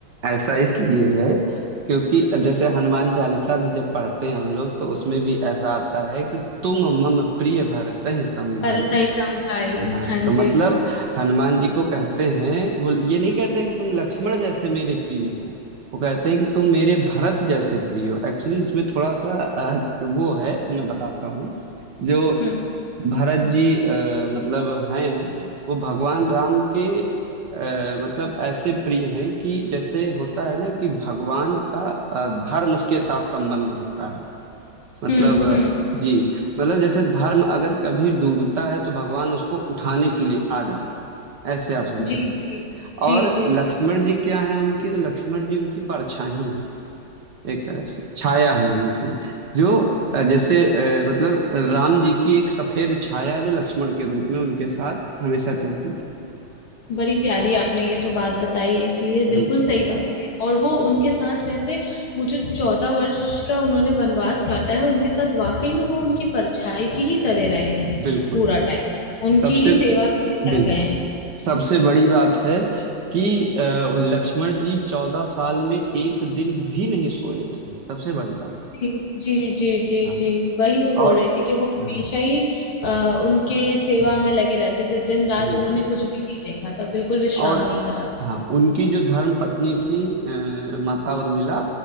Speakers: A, on the right (about 55°); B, on the left (about 70°).
A: ऐसा इसलिए है क्योंकि जैसे हनुमान चालीसा भी जब पढ़ते हैं हम लोग तो उसमें भी ऐसा आता है कि तुम मम प्रिय भरतहि सम भाई
B: भरतई संभाई
A: हाँ
B: हाँ जी
A: तो मतलब
B: हाँ जी
A: हनुमान जी को कहते हैं वो ये नहीं कहते कि तुम लक्ष्मण जैसे मेरे प्रिय हो वो कहते हैं कि तुम मेरे भरत जैसे प्रिय हो एक्चुअली इसमें थोड़ा सा अ, वो है मैं बताता हूँ जो
B: हम्म
A: भरत जी आ, मतलब हैं वो भगवान राम के आ, मतलब ऐसे प्रिय हैं कि जैसे होता है ना कि भगवान का अ, धर्म के साथ संबंध होता है मतलब
B: हम्म
A: अ,
B: हम्म
A: जी मतलब जैसे धर्म अगर कभी डूबता है तो भगवान उसको उठाने के लिए आ जाते हैं। ऐसे आप समझिए
B: जी जी जी
A: और
B: जी
A: लक्ष्मण
B: जी
A: जी क्या है उनकी तो लक्ष्मण जी उनकी परछाई हैं एक तरह से छाया है उनकी जो
B: वाह
A: अ, जैसे अ, मतलब राम जी की एक सफेद छाया जो लक्ष्मण के रूप में उनके साथ हमेशा चलती थी
B: बड़ी प्यारी आपने ये तो बात बताई है कि ये बिल्कुल
A: बिल्कुल
B: सही बात है और वो उनके साथ वैसे वो जो चौदह वर्ष का उन्होंने वनवास काटा है उनके साथ वाकई में वो उनकी परछाई की ही तरह रहे हैं
A: बिल्कुल
B: पूरा टाइम उनकी
A: सबसे
B: ही सेवा में लग
A: बिल्कुल
B: गए हैं
A: सबसे बड़ी बात है कि अ, लक्ष्मण जी चौदह साल में एक दिन भी नहीं सोए थे सबसे बड़ी बात है
B: जी जी जी जी
A: हाँ
B: जी वही मैं बोल
A: और
B: रही थी कि वो हमेशा
A: हम्म,
B: ही आ, उनके सेवा में लगे रहते थे दिन रात
A: बिल्कुल
B: उन्होंने कुछ भी नहीं देखा था बिल्कुल विश्राम
A: और
B: नहीं करा था
A: हाँ उनकी जो धर्म पत्नी थी अ, माता उर्मिला